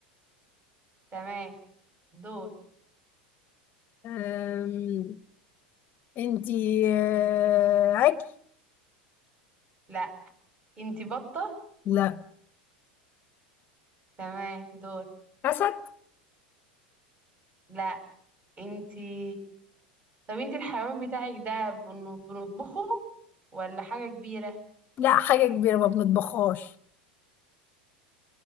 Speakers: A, on the right; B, on the left.
A: تمام دور
B: آم، انتي آه، عجل
A: لا انتي بطة
B: لا
A: تمام دور
B: أسد
A: لا انتي طب انتي الحيوان بتاعك ده بن- بنطبخه ولا حاجة كبيرة
B: لا حاجة كبيرة ما بنطبخهاش